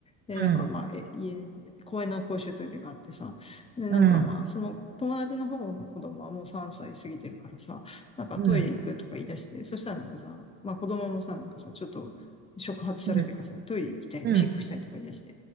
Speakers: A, on the left; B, on the right.
A: で、
B: うん、
A: なんかまあ、え家、公園の公衆トイレがあってさ、で、なんかまあ、
B: うん、
A: その友達の方の子供はもう3歳過ぎてるからさ、なんかトイレ行くとか言い出して、
B: うん、
A: そしたらなんかさ、まあ子供もさ、なんかさ、ちょっと触発されてかさ、
B: うん、
A: トイレ行きたい、
B: うん。
A: おしっこしたいとか言い出して、